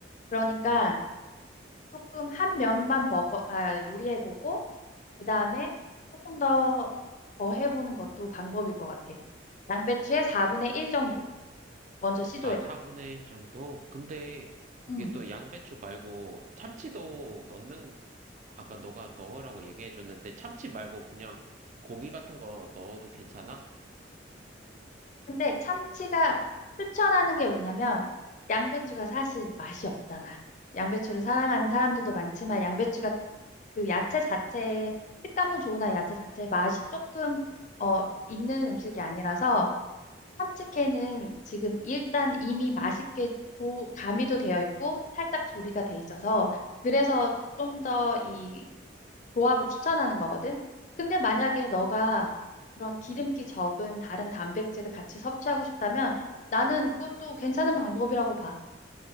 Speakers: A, on the left; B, on the right.
A: 그러니까
B: 음.
A: 조금 한 면만 먹어, 아, 요리해보고 그 다음에 조금 더 더 해보는 것도 방법일 것 같아. 양배추의 4분의 1 정도. 먼저 시도해봐.
B: 아, 4분의 1 정도? 근데
A: 응.
B: 이게 또 양배추 말고 참치도 넣는, 아까 너가 넣으라고 얘기해줬는데, 참치 말고 그냥 고기 같은 거 넣어도 괜찮아?
A: 근데 참치가 추천하는 게 뭐냐면 양배추가 사실 맛이 없잖아. 양배추를 사랑하는 사람들도 많지만 양배추가 그 야채 자체의 식감은 좋으나 야채 자체의 맛이 조금 어 있는 음식이 아니라서 참치캔은 지금 일단 이미 맛있게 조, 가미도 되어 있고 살짝 조리가 돼 있어서 그래서 좀 더 이 조합을 추천하는 거거든. 근데 만약에 너가 그런 기름기 적은 다른 단백질을 같이 섭취하고 싶다면 나는 그것도 괜찮은 방법이라고 봐.